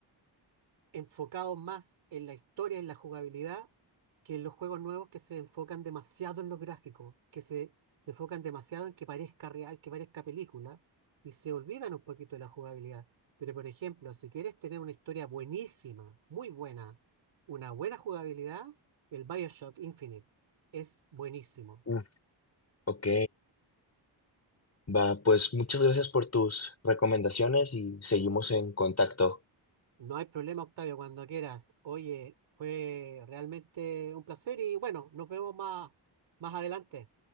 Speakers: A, on the right; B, on the left.
A: enfocados más en la historia, en la jugabilidad, que en los juegos nuevos que se enfocan demasiado en los gráficos, que se enfocan demasiado en que parezca real, que parezca película, y se olvidan un poquito de la jugabilidad. Pero, por ejemplo, si quieres tener una historia buenísima, muy buena, una buena jugabilidad, el BioShock Infinite es buenísimo.
B: Uf, ok. Va, pues muchas gracias por tus recomendaciones y seguimos en contacto.
A: No hay problema, Octavio, cuando quieras. Oye, fue realmente un placer y bueno, nos vemos más, más adelante.